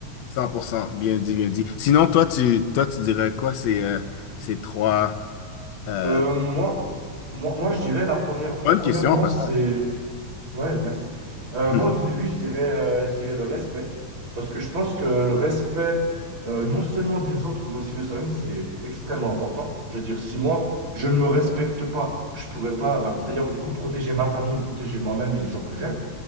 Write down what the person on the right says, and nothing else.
Euh, moi, moi, moi, je dirais la première,
premièrement,
c'est, ouais, merci. Euh,
moi, au tout début, je dirais, euh, je dirais le respect. Parce que je pense que le respect, euh, non seulement des autres, mais aussi de soi-même, c'est extrêmement important. Je veux dire, si moi, je ne me respecte pas, je pourrais pas, bah, comme tu as dit, du coup, protéger ma famille, me protéger moi-même et les gens que j'aime.